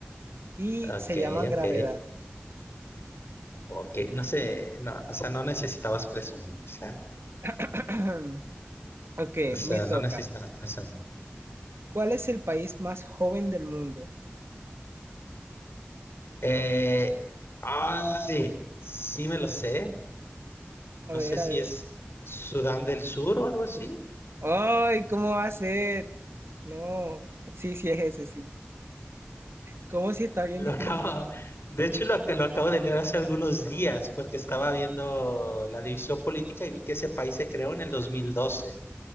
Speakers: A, on the right (about 85°); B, on the left (about 75°).
A: y
B: ok,
A: se llama Gravedad.
B: ok. Ok, no sé, no, o sea, no necesitabas presumir. O sea,
A: <clears throat> Ok,
B: O sea,
A: me toca.
B: no necesitas pensamiento.
A: ¿Cuál es el país más joven del mundo?
B: Eh, ay, sí me lo sé.
A: A
B: No
A: ver,
B: sé
A: a
B: si
A: ver.
B: es Sudán del Sur o algo así.
A: ¡Ay, cómo va a ser! No, <laughs> sí, sí es ese, sí. ¿Cómo si está bien
B: Lo
A: difícil?
B: acabo, de hecho, lo, ac- lo acabo de leer hace algunos días porque estaba viendo la división política y vi que ese país se creó en el 2012.